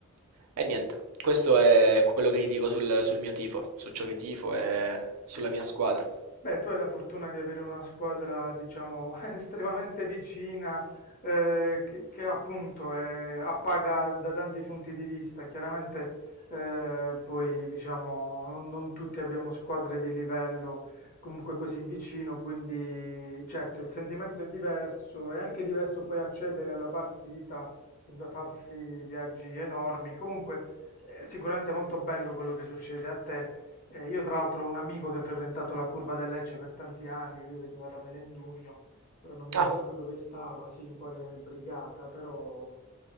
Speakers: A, on the right (about 80°); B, on the left (about 40°).
A: E, niente, questo è quello che ti dico sul, sul mio tifo, su ciò che tifo e sulla mia squadra.
B: Beh, tu hai la fortuna di avere una squadra, diciamo, <laughs> estremamente vicina, eh, che, che appunto è- appaga da tanti punti di vista. Chiaramente, eh, poi, diciamo, non, non tutti abbiamo squadre di livello comunque così vicino, quindi certo il sentimento è diverso, è anche diverso poi accedere alla partita senza farsi viaggi enormi. Comunque, è sicuramente molto bello quello che succede a te. Eh, io tra l'altro ho un amico che ha frequentato la curva del Lecce per tanti anni, lui veniva da Melendugno, ora non mi ricordo
A: Ah,
B: dove stava, sì, in quale brigata, però